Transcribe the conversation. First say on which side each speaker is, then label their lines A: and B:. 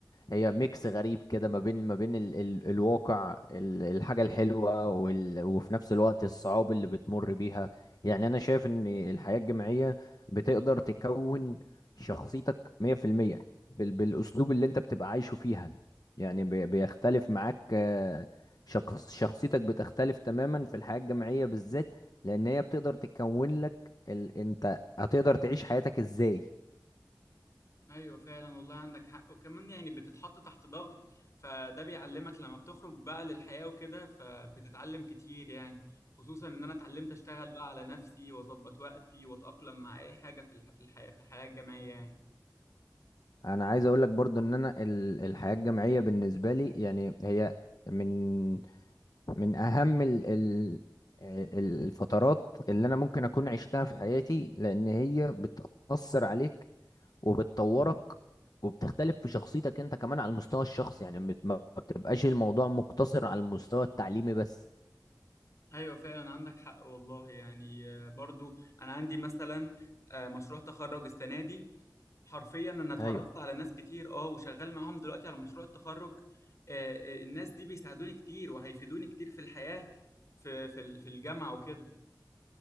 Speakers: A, on the left (about 60°); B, on the left (about 45°).
A: هي ميكس غريب كده ما بين ما بين ال ال الواقع ال الحاجة الحلوة وال وفي نفس الوقت الصعاب اللي بتمر بيها يعني أنا شايف إن الحياة الجامعية بتقدر تكون شخصيتك 100% بال بالأسلوب اللي أنت بتبقى عايشه فيها يعني بي بيختلف معاك آه، شخص شخصيتك بتختلف تماما في الحياة الجامعية بالذات لأن هي بتقدر تكون لك ال أنت هتقدر تعيش حياتك إزاي
B: ايوه فعلا والله عندك حق وكمان يعني بتتحط تحت ضغط فده بيعلمك لما بتخرج بقى للحياة وكده فبتتعلم كتير يعني خصوصا ان انا اتعلمت اشتغل بقى على نفسي واظبط وقتي واتأقلم مع اي حاجة في الح- في الحياة في الحياة الجامعية يعني
A: انا عايز اقول لك برضو ان انا ال- الحياة الجامعية بالنسبة لي يعني هي من من اهم ال ال الفترات اللي انا ممكن اكون عشتها في حياتي لان هي بتأثر عليك وبتطورك وبتختلف في شخصيتك انت كمان على المستوى الشخصي يعني مت- ما بتبقاش الموضوع مقتصر على المستوى التعليمي بس
B: ايوه فعلا عندك حق والله يعني آه، برضو انا عندي مثلا آه، مشروع تخرج السنه دي حرفيا انا اتعرفت
A: ايوه
B: على ناس كتير اه وشغال معاهم دلوقتي على مشروع التخرج آه، آه، الناس دي بيساعدوني كتير وهيفيدوني كتير في الحياه في في ال- في الجامعه وكده